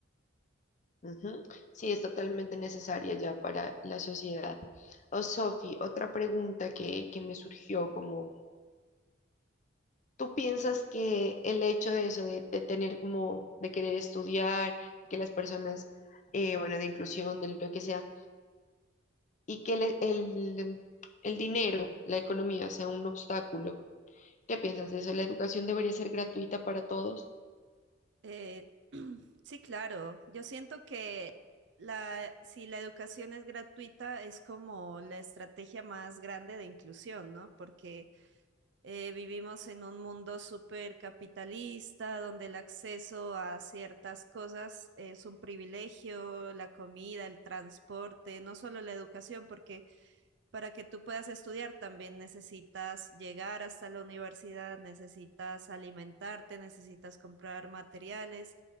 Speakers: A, on the left; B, on the right.
A: Ujú. Sí, es totalmente necesaria ya para la sociedad. Oh, Sofi, otra pregunta que, que me surgió como ¿Tú piensas que el hecho de eso, de, de tener como, de querer estudiar, de que las personas, eh, bueno, de inclusión, de lo que sea, y que el, el, el dinero, la economía sea un obstáculo? ¿Qué piensas de eso? ¿La educación debería ser gratuita para todos?
B: Eh, <clears throat> sí, claro, yo siento que la, si la educación es gratuita es como la estrategia más grande de inclusión, ¿no? Porque eh, vivimos en un mundo súper capitalista, donde el acceso a ciertas cosas es un privilegio, la comida, el transporte, no solo la educación, porque para que tú puedas estudiar también necesitas llegar hasta la universidad, necesitas alimentarte, necesitas comprar materiales.